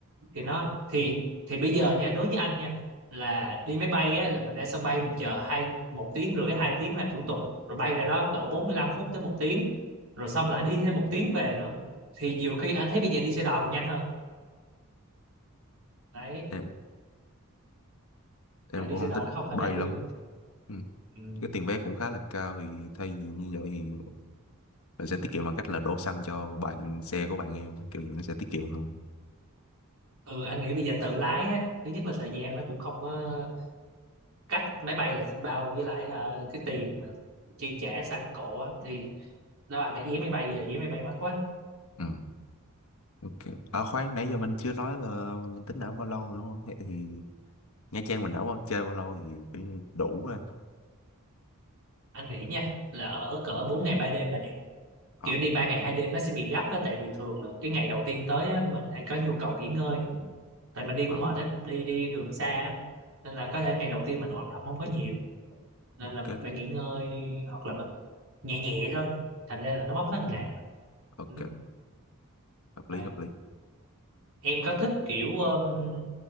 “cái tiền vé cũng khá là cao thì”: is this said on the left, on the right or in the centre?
Left